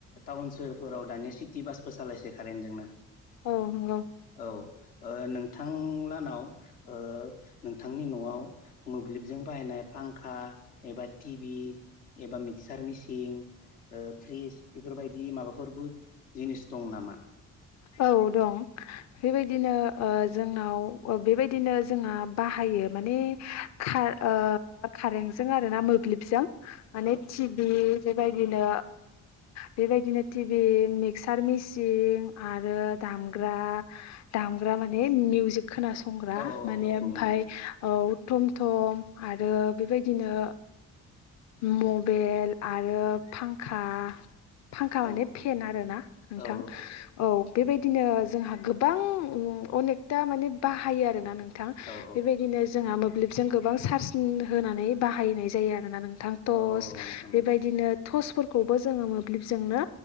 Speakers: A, on the left (about 85°); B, on the left (about 40°).
A: टाउन सोहोरफोराव दानिया सिटि बासबो सालायसै कारेन्ट जोंनो।
B: औ नंगौ
A: औ नोंथांलानाव ओ नोंथांनि न'आव मोब्लिबजों बाहायनाय फांखा एबा टिभि एबा मिक्सार मेसिन फ्रिज बेफोरबायदि माबाफोरबो जिनिस दं नामा?
B: औ दं बेबायदिनो जोंनाव बेबायदिनो जोंहा बाहायो माने खा ओ खारेन्टजों आरो ना मोब्लिबजों माने
A: औ
B: टिभि बेबायदिनो बेबायदिनो टिभि मिक्सार मेसिन आरो दामग्रा दामग्रा माने मिउजिक खोनासं संग्रा
A: औ औ
B: माने ओमफाय
A: नंगौ
B: औ थम थम आरो बेबायदिनो मबेल आरो फांखा फांखा
A: नोंथां
B: माने
A: औ
B: फेन आरो ना नोंथां।
A: औ
B: औ बेबायदिनो जोंहा गोबां अनेकथा माने बाहायो आरोना नोंथां।
A: औ
B: बेबायदिनो जोंहा मोब्लिबजों गोबां चार्ज होनानै बाहायनाय जायो आरोना नों थां
A: औ
B: टस
A: औ नोंथां नंगौ
B: बेबायदिनो टर्चफोरखौबो जोङो मोब्लिबजोंनो